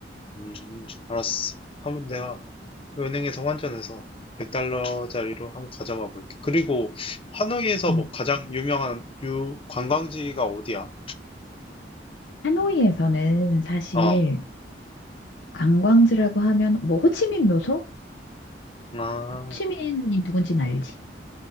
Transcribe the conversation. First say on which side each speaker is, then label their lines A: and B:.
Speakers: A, on the left; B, on the left.
A: 음, 알았어. 한번 내가 은행에서 환전해서 100달러짜리로 한번 가져가 볼게. 그리고 하노이에서
B: 음.
A: 뭐 가장 유명한 유 관광지가 어디야?
B: 하노이에서는 사실
A: 어,
B: 관광지라고 하면 뭐 호치민 묘소?
A: 아,
B: 호치민이 누군지는 알지.